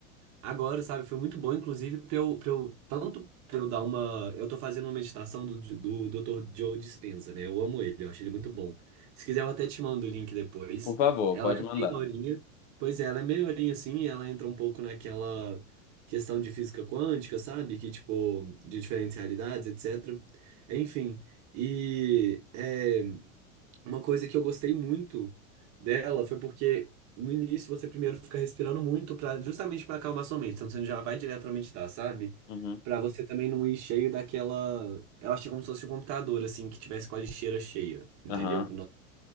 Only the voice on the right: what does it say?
agora, sabe? Foi muito bom, inclusive, pra eu, pra eu tanto pra eu dar uma. Eu tô fazendo uma meditação do, do doutor Joe Dispenza, né? Eu amo ele, eu acho ele muito bom. Se quiser, eu até te mando o link depois.
Ela
é
meia horinha. Pois é, ela é meia horinha assim, e ela entra um pouco naquela questão de física quântica, sabe? Que, tipo, de diferentes realidades, etc. Enfim. E. é, uma coisa que eu gostei muito dela foi porque no início você primeiro fica respirando muito para justamente para acalmar sua mente. Então você já vai direto para meditar, sabe?
Para você também não ir cheio daquela, eu achei como se fosse um computador assim que tivesse com a lixeira cheia, entendeu?